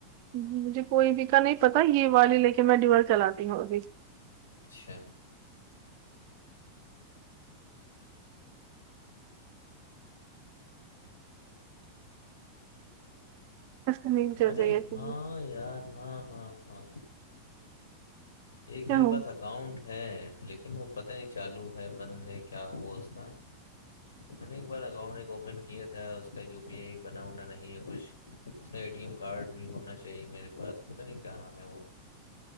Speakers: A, on the right (about 45°); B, on the left (about 65°).
A: مجھے کوئی بھی کا نہیں پتا یہ والی لیکن میں دیوال چلاتی ہوں ابھی
B: اچھا
A: ایسا نہیں چل
B: ارے
A: رہی ایسے
B: ہاں
A: بھی
B: یار ہاں ہاں ہاں ایک
A: کیا
B: میرے
A: ہوں
B: پاس اسکاؤنٹ ہے لیکن وہ پتہ نہیں چالو ہے بند ہے کیا ہوا اس کا میں نے ایک بار اکاؤنٹ ایک اوپن کیا تھا اس کا یو پی آئی بنا ہونا نہیں ہے کچھ ٹی ایم کارڈ بھی ہونا چاہیے میرے پاس پتا نہیں کہاں ہے وہ